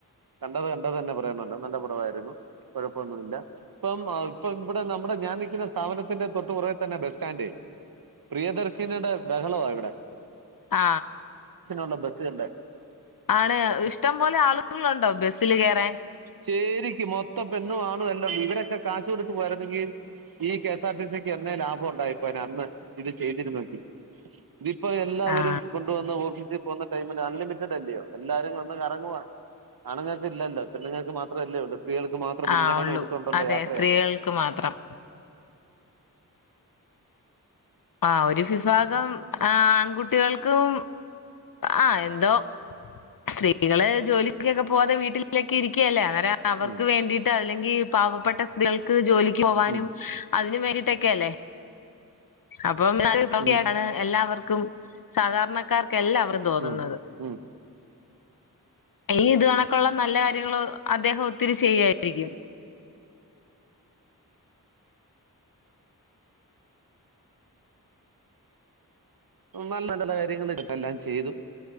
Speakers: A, on the right; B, on the left.
A: കണ്ടത് കണ്ടത് തന്നെ പറയണല്ലോ നല്ല പടവായിരുന്നു കുഴപ്പൊന്നൂല്ല ഇപ്പം ഇപ്പ ഇവിടെ നമ്മുടെ ഞാൻ നിൽക്കുന്ന സ്ഥാപനത്തിന്റെ തൊട്ട്പുറകേ തന്നെ ബസ് സ്റ്റാൻഡേ പ്രിയദർശിനിയടെ ബഹളവാ ഇവിടെ
B: ആ
A: ള്ള ബസ്സ് കണ്ട
B: ആണ് ഇഷ്ടം പോലെ ആളുകളുണ്ടോ ബസ്സില് കേറാൻ
A: ശരിക്കും മൊത്തം പെണ്ണും ആണും എല്ലാം ഇവരൊക്കെ കാശ് കൊടുത്ത് പോരുന്നെങ്കിൽ ഈ കെഎസ് ആർ ടി സിക്ക് എന്നെ ലാഭം ഉണ്ടായിപ്പോനെ അന്ന് ഇത് ചെയ്തിരുന്നു എങ്കിൽ ഇതിപ്പോ എല്ലാവരും
B: ആ
A: കൊണ്ടുവന്ന ഓഫീസി പോകുന്ന ടൈമിൽ അൺലിമിറ്റഡല്ലയോ എല്ലാരും വന്ന് കറങ്ങുവാ ആണുങ്ങൾക്ക് ഇല്ലല്ലോ പെള്ളുങ്ങൾക്ക് മാത്രമല്ലോ ഉളളു സ്ത്രീകൾക്ക് മാത്രം മുൻഗണന
B: ആ ഉള്ളൂ
A: കൊടുത്തോണ്ടുള്ള
B: അതെ
A: യാത്രയാണ്
B: സ്ത്രീകൾക്ക് മാത്രം ആ ഒരു ഫിഫാഗം ആ ആൺകുട്ടികൾക്കും ആ എന്തോ സ്ത്രീകള് ജോലി കൊക്കെ പോവാതെ വീട്ടിലേക്കെ ഇരിക്കുഅല്ലേ അവർക്ക്
A: ഉം
B: വേണ്ടീട്ട് അല്ലെങ്കിൽ പാവപ്പെട്ട സ്ത്രീകൾക്ക് ജോലി ക്ക് പോനും
A: ഉം
B: അതിന് ണ്ടീട്ടൊക്കെയല്ലേ അപ് പ്പൊ
A: ഉം
B: <unintelligible> എല്ലാവർ ക്കും സാധാരണക്കാർ ക്കെല്ലാവരും തോന്നുന്നത്
A: ഉം ഉം
B: ഈ ഇത് കണക്കുള്ള നല്ല കാര്യങ്ങള് അദ്ദേഹം ഒത്തിരി ചെയ്യായിരിക്കും
A: നല്ല നല്ല കാര്യങ്ങൾ എല്ലാം ചെയ്തു